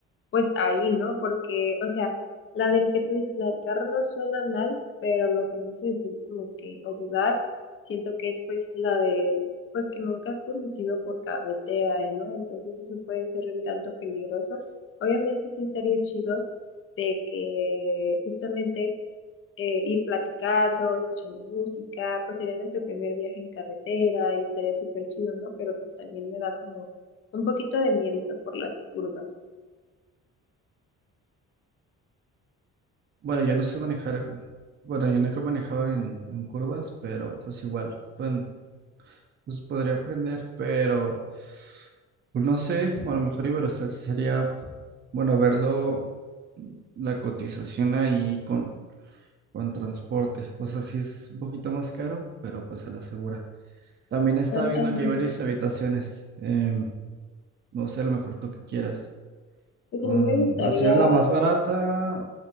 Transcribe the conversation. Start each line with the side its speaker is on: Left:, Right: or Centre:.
Left: pues ahí, ¿no? Porque, o sea, la del que tú dices, la del carro no suena mal, pero lo que me hace decir como que, o dudar, siento que es pues la de, pues que nunca has conducido por carretera, ¿no? Entonces eso puede ser un tanto peligroso. Obviamente sí estaría chido de que justamente eh, ir platicando, escuchando música, pues sería nuestro primer viaje en carretera y estaría súper chido, ¿no? Pero pues también me da como un poquito de miedito por las curvas.
Right: Bueno, yo no sé manejar, bueno, yo nunca he manejado en, en curvas, pero pues igual, bueno, pues podría aprender, pero pues, no sé, o a lo mejor Iberostar sí sería, bueno, verlo, la cotización ahí con, con transporte. O sea, sí es un poquito más caro, pero pues se la asegura. También estaba
Left: Exactamente.
Right: viendo que hay varias habitaciones. em, No sé, a lo mejor tú que quieras.
Left: Pues
Right: Con,
Left: a mí me gustaría,
Right: así en la más barata.